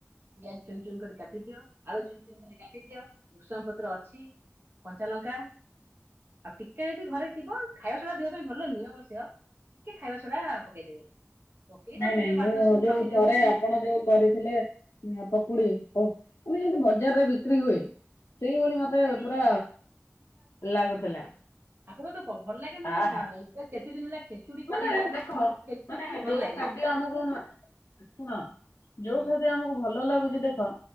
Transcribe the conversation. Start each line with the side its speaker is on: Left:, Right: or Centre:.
Right: ପିଆଜ ଚୁନ ଚୁନ କରି କାଟ କାଟି ଦିଅ ଆଳୁ ଚିନ ଚିିନ ଧରି କାଟିଦିଅ ବୃଷଙ୍ଗ ପତ୍ର ଅଛି କଞ୍ଚା ଲଙ୍କା। ଆଉ ଟିକେ ଯଦି ଘରେ ଥିବ ଖାଇବା ସଢା ଦେହ ପାଇଁ ଭଲ ନୁହେଁ ଅବଶ୍ୟ ଟିକେ ଖାଇବା ସଢା ପକେଇଦେବେ। ପକେଇ
Left: ନାଇଁ
Right: ତାକୁ
Left: ନାଇଁ
Right: ଟିକେ ପାଞ୍ଚ
Left: ମୁଁ
Right: ଦଶ ମିନିଟ
Left: ଯୋଉ
Right: ରଖିଦିଅନ୍ତୁ।
Left: ଥରେ ଆପଣ ଯୋଉ କରିଥିଲେ ପକୁଡି ଓ ଆମେ ଯେମିତି ବଜାରରେ ବିକ୍ରି ହୁଏ। ସେଇଭଳି
Right: ସେଥିପାଇଁ
Left: ଭାବେ ପୁରା ଲାଗୁଥିଲା।
Right: ଆପଣଙ୍କୁ ତ ଭଲ ଲାଗେ ମୁଁ ବି
Left: ଆହା
Right: କେତେ ଦିନ ହେଲା। ଖେଚୁଡି
Left: ମାନେ
Right: କରିନି ଆପଣ
Left: ଦେଖ
Right: ଖେଚୁଡି
Left: ମାନେ
Right: ଭଲ
Left: ଯୋଉ
Right: ଲାଗେ
Left: ଖାଦ୍ୟ ଆମକୁ। ଶୁଣ ଯୋଉ
Right: ହଁ
Left: ଖାଦ୍ୟ ଆମକୁ ଭଲ ଲାଗୁଛି ଦେଖ।